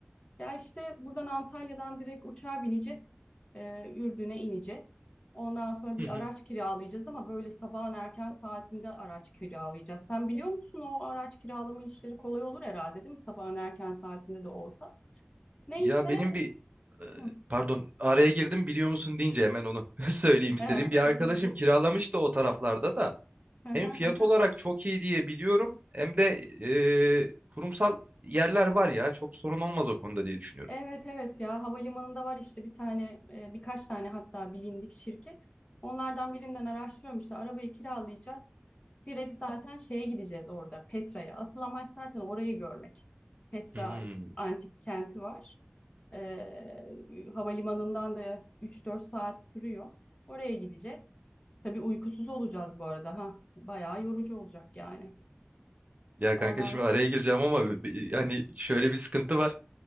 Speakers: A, on the left; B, on the right.
A: Ya işte buradan Antalya'dan direkt uçağa bineceğiz. Ee, Ürdün'e ineceğiz. Ondan sonra bir
B: Hı hı.
A: araç kiralayacağız ama böyle sabahın erken saatinde araç kiralayacağız. Sen biliyor musun o araç kiralama işleri kolay olur herhalde değil mi? Sabahın erken saatinde de olsa. Neyse.
B: Ya benim bir e,
A: Hı.
B: pardon araya girdim biliyor musun deyince hemen onu <laughs> söyleyeyim istedim.
A: Ee,
B: Bir
A: bu,
B: arkadaşım
A: bu.
B: kiralamıştı o taraflarda da.
A: <laughs>
B: Hem fiyat olarak çok iyi diye biliyorum hem de e, kurumsal yerler var ya çok sorun olmaz o konuda diye düşünüyorum.
A: Evet evet ya havalimanında var işte bir tane e, birkaç tane hatta bilindik şirket. Onlardan birinden araştırıyorum işte arabayı kiralayacağız. Direkt zaten şeye gideceğiz orada Petra'ya. Asıl amaç zaten orayı görmek. Petra
B: Hmm.
A: işte antik kenti var. Ee, havalimanından da üç dört saat sürüyor. Oraya gideceğiz. Tabii uykusuz olacağız bu arada ha. Bayağı yorucu olacak yani.
B: Ya
A: Ondan
B: kanka şimdi
A: sonra
B: araya gireceğim ama bi- bi- yani şöyle bir sıkıntı var.